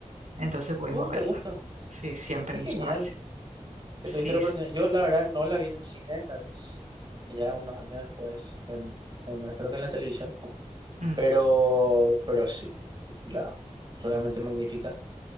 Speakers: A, on the right; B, on the right.
A: Entonces pudimos
B: ¡Uh, qué
A: verla.
B: gusto!
A: Sí, siempre
B: ¡Qué
A: nos
B: genial
A: llevaba al cine.
B: que
A: Sí.
B: tuviste la
A: s-
B: oportunidad! Yo, la verdad, no la vi en el cine, la vi ya unos años después, en, en la- creo que en la televisión.
A: mm.
B: Pero, pero sí, la, realmente magnífica.